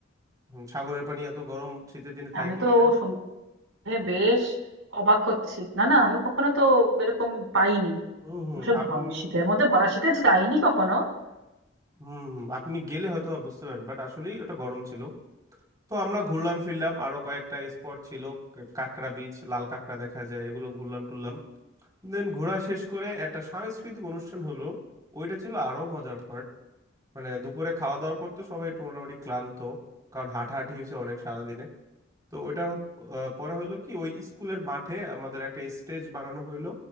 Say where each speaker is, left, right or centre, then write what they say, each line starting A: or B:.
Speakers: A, on the right; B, on the right.
A: হুম, সাগরের পানি এত গরম শীতের দিনে থাকে
B: আমি তো
A: কিনা
B: শুনে বেশ অবাক হচ্ছি না না আমি কখনো তো এরকম পাইনি
A: হুম হুম
B: ওসব
A: আপনি
B: ভ- শীতের মধ্যে ভরা শীতে যাইনি কখনো
A: হুম হুম, আপনি গেলে হয়তো বা বুঝতে পারেন বাট আসলেই ওটা গরম ছিল তো আমরা ঘুরলাম ফিরলাম আরো কয়েকটা স্পট ছিল কা- কাঁকড়া বিচ লাল কাঁকড়া দেখা যায় এগুলো ঘুরলাম টুরলাম দেন ঘোরা শেষ করে একটা সাংস্কৃতিক অনুষ্ঠান হলো ওইটা ছিল আরো মজার পার্ট মানে দুপুরে খাওয়া দাওয়ার পর তো সবাই একটু মোটামুটি ক্লান্ত কারণ হাঁটাহাঁটি হয়েছে অনেক সারাদিনে তো ওইটার আহ, পরে হলো কি ওই স্কুলের মাঠে আমাদের একটা স্টেজ বানানো হইলো